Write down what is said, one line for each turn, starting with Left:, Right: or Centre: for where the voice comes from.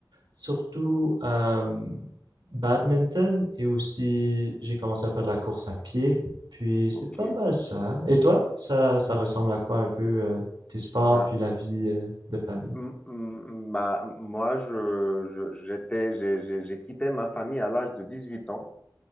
Right: surtout euh, badminton et aussi j'ai commencé à faire de la course à pied. Puis
Left: Ok.
Right: c'est pas mal ça. hein. Et toi, ça, ça ressemble à quoi un peu euh, tes sports
Left: Bah,
Right: puis la vie euh, de famille?
Left: m- m- bah, moi, je, je- j'étais, j'ai, j'ai- j'ai quitté ma famille à l'âge de 18 ans.